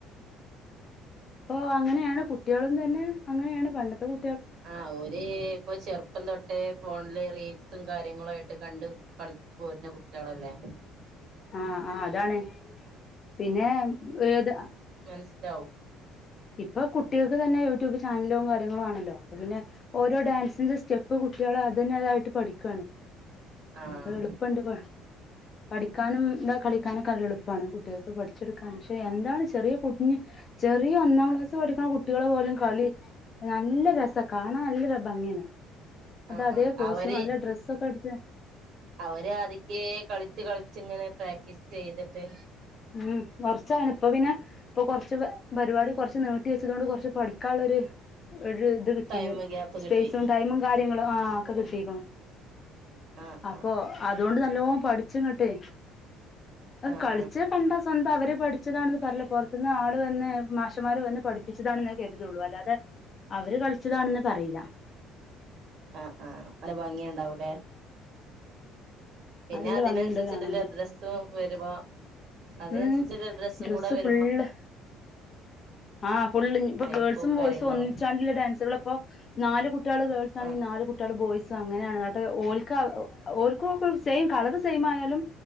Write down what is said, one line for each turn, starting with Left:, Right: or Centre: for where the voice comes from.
Left: ഇപ്പൊ അങ്ങനെണ് കുട്ടികളും തന്നെ അങ്ങനെണ് പണ്ടത്തെ കു
Right: ആ ഓര് ഇപ്പൊ ചെറുപ്പം തൊട്ടേ ഫോൺല് റീൽസും കാര്യങ്ങളായിട്ട് കണ്ട് കളി പോര്ന കുട്ടിയളല്ലേ
Left: ആ ആ അതാണ് പിന്നെ ഒര്ത്
Right: മൻസ് ലാവും
Left: ഇപ്പ കുട്ടിയെക്ക് തന്നെ യൂട്യൂബ് ചാനലും കാര്യങ്ങളും ആണല്ലോ അപ്പ പിന്നെ ഓരോ ഡാൻസി്ന്റെ സ്റ്റെപ്പ് കുട്ടിയള് അതന്നെ അതായിട്ട് പഠിക്കാണ്
Right: ആഹ്
Left: അപ്പ എള്പ്പണ്ട് പ പഠിക്കാനും എന്താ കളിക്കാനൊക്കെ നല്ല എളുപ്പാണ് കുട്ടിയെക്ക് പഠിച്ചെട്ക്കാനും പക്ഷെ എന്താണ് ചെറിയ കുഞ്ഞ് ചെറിയ ഒന്നാം ക്ലാസ് പഠിക്ക്ണ കുട്ടികളെ പോലും കളി നല്ല രസാ. കാണാൻ നല്ലരു ഭംഗിയാണ്. അത്
Right: ആഹ്
Left: അതേ
Right: ആഹ്
Left: കോസ്റ്റ്യൂം
Right: അവര്
Left: നല്ല ഡ്രസ്സൊക്കെ ഇട്ത്ത്
Right: അവര് ആതിക്കേ കളിച് കളിച്ചിങ്ങനെ പ്രാക്ടീസ് ചെയ്ത്ട്ട്
Left: ഉം കൊർച്ചാണ്. ഇപ്പ പിന്നെ ഇപ്പൊ കൊർച്ച് പ പരിപാടി കൊർച്ച് നീട്ടി വെച്ചതൊണ്ട് കൊർച്ച് പഠിക്കാള്ളൊര് ഒര് ഇത് കിട്ടീന്.
Right: ടൈം ഗ്യാപ്പ്
Left: സ്പൈസും
Right: കിട്ടി
Left: ടൈമും കാര്യങ്ങളും
Right: ആഹ്
Left: ആ ഒക്ക കിട്ടീക്ക്ണു.
Right: ആഹ്
Left: അപ്പൊ
Right: ആഹ്
Left: അതോണ്ട് നല്ലോം പട്‌ച്ചിങ്ങട്ടെ അത്
Right: ആഹ്
Left: കളിചെ കണ്ടാ സ്വന്തം അവര് പഠിച്ചതാണെന്ന് പറില. പൊർ ത്ത്ന്ന് ആള് വന്ന് മാഷമാര് വന്ന് പഠിപ്പിച്ചതാണെന്നെ കേട്ട്ട്ടോള്ളൂ. അല്ലാതെ അവര് കൾച്ചതാണെന്ന് പറയില
Right: ആഹ് ആഹ് നല്ല ഭംഗി ഇണ്ടാവു ലെ പിന്നെ
Left: നല്ല
Right: അതിനൻസര്ച്ചിട്ട്ള്ള
Left: ഭംഗിയുണ്ട് കാണാന്
Right: ഡ്രസ്സും വരുമ്പോ അതിനനുസരിച്ചുള്ള
Left: ഉം
Right: ഡ്രസ്സും
Left: ഡ്രസ്സ്
Right: കൂടെ വരുമ്പോ
Left: ഫുളള് ആഹ് ഫുള്ള് ഇഞ്ഞിപ്പൊ
Right: മേക്കപ്പും
Left: ഗേൾസും ബോയ്സും
Right: കാര്യങ്ങളും
Left: ഒന്നിച്ചാ ണെങ്കില് ഡാൻസുകളപ്പോ നാല് കുട്ടികള് ഗേൾസാണെങ്കി
Right: ആഹ്
Left: നാലു കു ട്ടികള് ബോയ്സ് അങ്ങനെണ്. ന്നട്ട് ഓൽക്ക ഓൽക്കൊക്കെ സെയിം കളറ് സെയിമ് ആയാലും